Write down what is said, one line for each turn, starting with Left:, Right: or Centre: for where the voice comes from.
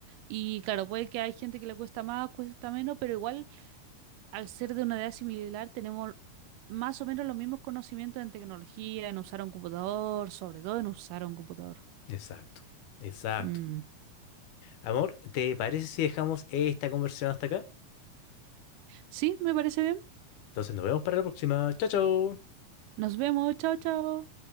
Right: y claro, puede que hay gente que le cuesta más, cuesta menos, pero igual. al ser de una edad similar, tenemos más o menos los mismos conocimientos en tecnología, en usar un computador, sobre todo en usar un computador.
Left: Exacto, exacto.
Right: Mm.
Left: Amor, ¿te parece si dejamos esta conversación hasta acá?
Right: Sí, me parece bien.
Left: Entonces nos vemos para la próxima. Chao, chao.
Right: Nos vemos. Chao, chao.